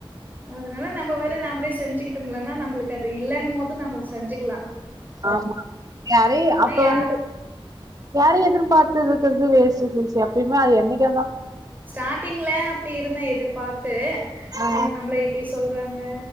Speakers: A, on the right (about 20°); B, on the right (about 40°).
A: அதனால நம்ப வேலைய நாம்ப்ளே செஞ்சுக்கிட் கிட்டோம் இல்லன்னா நம்ளுக்கு அது இல்லன்னும்மோது நம்ப செஞ்சுக்கலாம்
B: ஆமா யாரையு
A: ஆனா
B: அப்ப
A: யா
B: வந்து யாரையும் எதிர்பார்த் <unintelligible> இருக்கிறது வேஸ்ட் சிஸ்டர் அப்டினா அது என்னைக்க
A: ஸ்டார்டிங்ல அப்டி இருந்தா எதிர்பார்த்து
B: ஆ
A: அ நம்மள இப்படி சொல் றாங்க